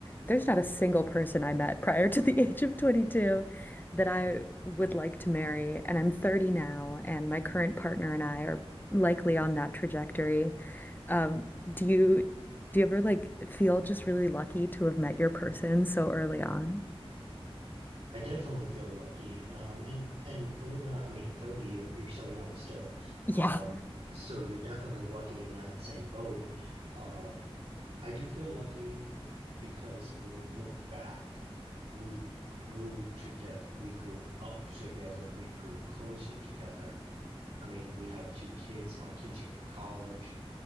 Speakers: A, on the left; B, on the right.
A: there's not a single person I met prior to the <laughs> age of 22 that I would like to marry, and I'm 30 now, and my current partner and I are likely on that trajectory. Um, do you do you ever like feel just really lucky to have met your person so early on?
B: I definitely feel lucky. Um, and and believe it or not, I mean, thirty, you're you're so young still.
A: Yeah.
B: Um, so you're definitely lucky in that same boat. Um, I do feel lucky because when you look back, we grew together. We grew up together. We grew closer together. I mean, we have two kids. My kids are in college,